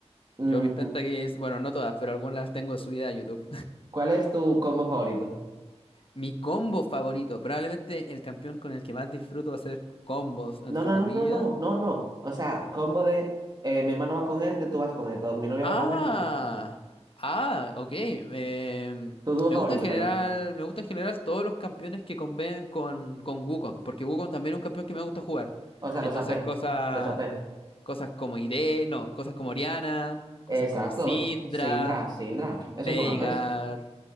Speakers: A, on the right (about 40°); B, on the left (about 55°).
A: Mm,
B: Yo mis pentakills, bueno, no todas, pero algunas las tengo subidas a YouTube.
A: ¿cuál es tu combo favorito?
B: <laughs> Mi combo favorito, probablemente el campeón con el que más disfruto hacer combos, entre
A: No, no,
B: comillas,
A: no, no, no, no, no. O sea, combo de eh, mi hermano va con este, tú vas con este, o mi novia
B: Ah,
A: va con este, tú con este.
B: ah, ok. em,
A: Tu dúo
B: me
A: favorito,
B: gusta en general,
A: perdón.
B: me gusta en general todos los campeones que conviven con, con Wukong, porque Wukong también es un campeón que me gusta jugar.
A: O sea,
B: Entonces,
A: los AP.
B: cosas,
A: Los AP.
B: cosas como Ire, no, cosas como Orianna, cosas
A: Exacto.
B: como Syndra,
A: Sindra, Sindra.
B: Veigar,
A: Esos son APs.